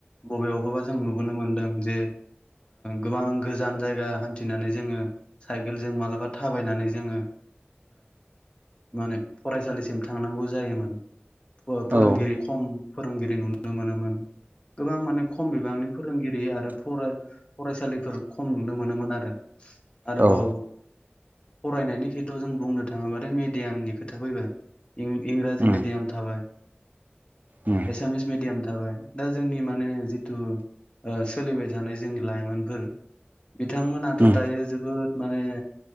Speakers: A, on the left; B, on the right.
A: बबेयावहबा जों नुबोनो मोनदों जे गोबां गोजान जायगा हान्थिनानै जोङो साइकेलजों मा्लाबा थाबायनानै जोङो माने फरायसालिसिम थांनांगौ जायोमोन फोरोंगिरि
B: उम
A: खम फोरोंगिरि नुनो मोनोमोन गोबां माने खम बिबांनि फोर फोरोंगिरि आरो फरा फरायसालिफोर खम नुनो मोनोमोन आरो आरोबाव
B: औ
A: फरायनायनि खेत्रआव जों बुंनो थाङोबाथाय मेडियामनि खोथा फैबाय इं इंराजि
B: उम
A: मिडियाम थाबाय
B: उम
A: एसामिस मिडियाम थाबाय दा जोंनि माने जिथु ओ सोलिबाय थानाय जोंनि लाइमोनफोर बिथांमोनाथ'
B: उम
A: दायो जोबोद माने